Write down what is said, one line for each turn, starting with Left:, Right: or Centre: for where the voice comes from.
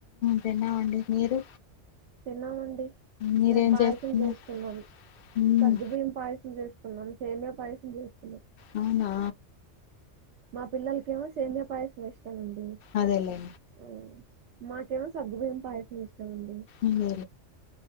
Left: తిన్నామండి మీరు
Right: తిన్నామండి
Left: మీరేం
Right: మేం పాయసం
Left: చేస్తున్నారు
Right: చేసుకున్నాం
Left: ఉమ్,
Right: సగ్గు బియ్యం పాయసం చేసుకున్నాం సేమియా పాయసం చేస్
Left: అవునా
Right: మా పిల్లలకేమో సేమ్య పాయసం ఇష్టం అండి
Left: అదేలే
Right: మ్మ్. మాకేమో సగ్గుబియ్యం పాయసం ఇష్టమండి
Left: హుహు